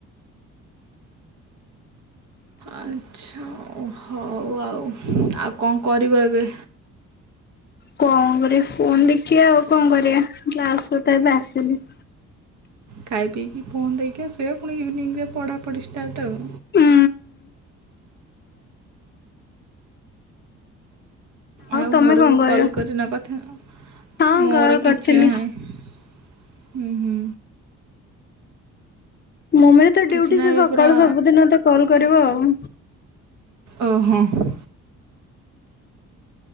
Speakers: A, on the right (about 70°); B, on the left (about 35°).
A: ଆଚ୍ଛା ହଉ ଆଉ ଆଉ କଣ କରିବ ଏବେ?
B: କଣ କରିବ ଫୋନ ଦେଖିବା ଆଉ କଣ କରିବା କ୍ଲାସରୁ ତ ଏବେ ଆସିଲି।
A: ଖାଇ ପିଇକି ଫୋନ ଦେଖିବ ଶୋଇବ ପୁଣି ଇଭିନିଂ ରେ ପଢାପଢି ଷ୍ଟାର୍ଟ ଆଉ
B: ହୁଁ
A: ଆଉ
B: ତମେ
A: ଘରକୁ
B: କଣ କରିବ
A: କଲ୍ କରି ନ କଥା ହ
B: ହଁ
A: ମୋର
B: କଲ କରିଥିଲି।
A: କିଛି ନାହିଁ ହୁଁ ହୁଁ।
B: ମମିର ତ
A: କିଛି
B: ଡ୍ୟୁଟି
A: ନାହିଁ
B: ସେ ସକାଳୁ
A: ପୁରା
B: ସବୁଦିନ ତ କଲ୍ କରିବ ଆଉ
A: ଓହୋ ହଁ।